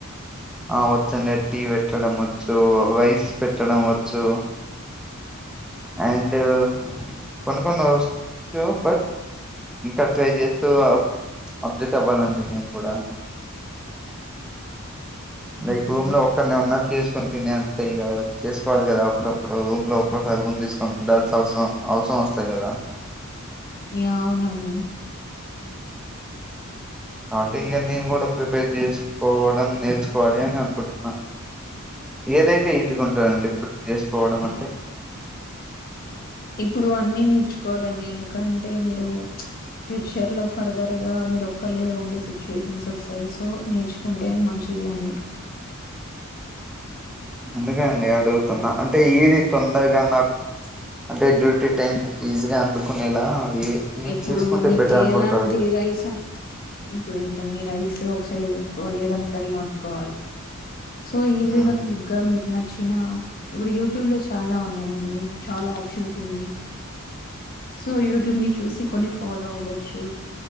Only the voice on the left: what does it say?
ఊహూ
ఈ అవునండి
ఇప్పుడు అన్ని నేర్చుకోవాలండి ఎందుకంటే మీరు ఫ్యూచర్ లో ఫర్దర్ గా మీరు ఒక్కళ్ళ ఉండే సిచ్యువేషన్స్ వస్తాయి సో నేర్చుకుంటేనే మంచిది అన్ని
ఇప్పుడు
మీక
ఎలాంటి రైస్ ఇప్పుడు ఏంటండి రై స్ ఆక్సైడ్ పెట్టుకోవాలి ఏదైనా కర్రీ వండుకోవాలి సో ఈజీగా
క్విక్ గా మీకు న చ్చిన ఇప్పుడు యూట్యూబ్ లో చాలా ఉన్నాయండీ చాలా ఆప్షన్స్ ఉన్నాయి సో యూట్యూబ్ను చూసి కొన్ని ఫాలో అవ్వచ్చు